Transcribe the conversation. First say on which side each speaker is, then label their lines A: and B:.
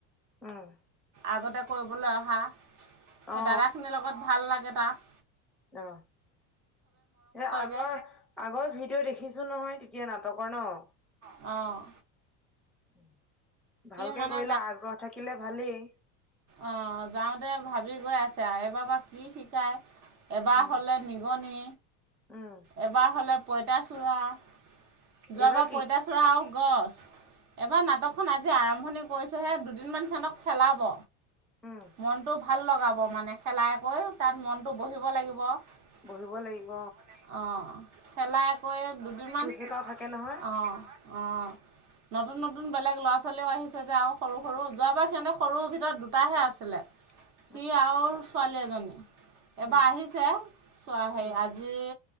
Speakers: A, in the centre; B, on the right.
A: উম,
B: আগতে কৰিবলৈ অহা সেই
A: অ
B: দাদাখিনিৰ লগত ভাল লাগে তাক।
A: অ, এই আগৰ
B: যে
A: আগৰ ভিডিঅ' দেখিছোঁ নহয় তেতিয়া নাটকৰ ন'?
B: অহ',
A: <inaudible> ভালকে
B: মানে
A: কৰিলে আগ্ৰহ থাকিলে ভালিই।
B: অ, যাওঁতে ভাবি গৈ আছে আওঁ এইবাৰ বা কি শিকায়? এবাৰ
A: উম
B: হ'লে নিগনি
A: উম,
B: এবাৰ হ'লে পঁইতাচোড়া যোৱাবাৰ
A: এইবাৰ কি
B: পঁইতাচোড়া আৰু গছ। এবাৰ নাটকখন আজি আৰম্ভণি কৰিছোঁহে, দুদিনমান সিহঁতক খেলাব।
A: উম
B: মনটো ভাল লগাব মানে খেলাই কৰি তাত মনটো বহিব লাগিব। অ
A: বহিব লাগিব
B: খেলাই আকৌ দুদিনমান
A: জোতাও থাকে নহয়?
B: অঁ অঁ। নতুন - নতুন বেলেগ ল'ৰা - ছোৱালীও আহিছে যে আৰু সৰু - সৰু যোৱাবাৰ সিহঁতে সৰু ভিতৰত দুটাহে আছিলে।
A: <inaudible>
B: সি আৰু ছোৱালী এজনী, এবাৰ
A: উম
B: আহিছে যোৱা সেই
A: উম
B: আ আজি